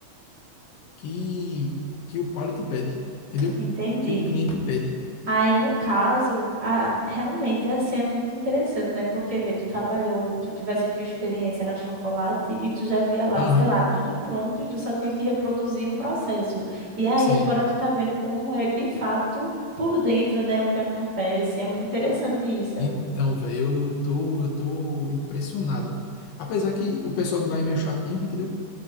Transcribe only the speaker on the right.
entendi.
Aí, no caso, a- realmente assim é muito interessante, né? Porque, vê, tu trabalhou, tu tivesse tua experiência na chocolate e tu já via lá,
sei lá, tudo pronto e tu só tinha que reproduzir um processo. E aí,
agora tu tá vendo como é de fato por dentro, né? O que acontece. É muito interessante isso.